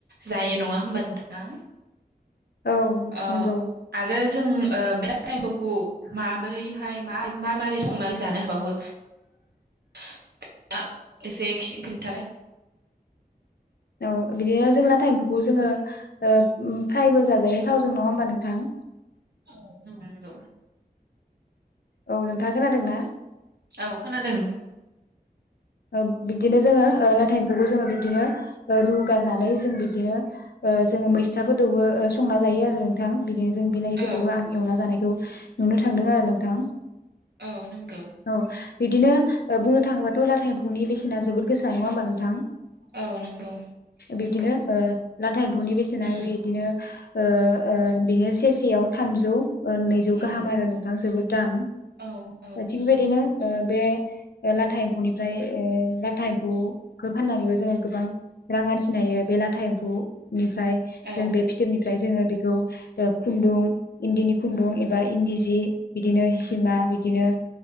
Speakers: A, on the right; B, on the left.
A: जायो नंङा होमबा नोंथां?
B: औ
A: ओ
B: नंगौ
A: आरो जों ओ बे लाथा एम्फौखौ माबोरैहाय मार मारै मारै संनानै जानो हाबावो? <unintelligible> एसे खिन्थालाय।
B: औ बिदिनो जों लाथा एम्फौखौ जोङो ओ फ्रायबो जाजायो थावजों नंङा होमबा नोंथां?
A: औ ओं नगौ।
B: औ नोंथांङा खोनादों ना?
A: औ खोनादों।
B: ओ बिदिनो जोंङो ओ लाथा एम्फौखौ जोङो बिदिनो रुगारनानै जों बिब्दिनो ओ जोंङो मैस्थाफोरदोबो ओ संना जायो आरो नोंथां। बिदिनो जों बिनायफोरदोबो
A: औ
B: आं एवना जानायखौ नुनो थांदों आरो नोंथां।
A: औ नंगौ।
B: औ बिदिनो बुंनो थाङोब्लाथ' लाथा एम्फौनि बेसेना जोबोद गोसा नङा होमबा नोंथां?
A: औ नंगौ
B: बिब्दिनो
A: नंगौ
B: लाथा एम्फौनि बेसेना
A: उम
B: बिदिनो औ बिनो सेरसेयाव थामजौ नैजौ
A: उम
B: गाहाम आरो नोंथां जोबोद दाम
A: औ औ
B: थिग
A: नंगौ
B: बेबायदिनो बे लाथा एम्फौनि ओमफ्राय लाथा एम्फौखौ फाननानैबो जोङो गोबां रां आरजिनायो बे लाथा एम्फौनिफ्राय
A: औ
B: जों बे फिथोबनिफ्राय जोङो बेखौ खुन्दुं इन्दिनि खुन्दुं एबा इन्दि जि बिदिनो सिमा बिदिनो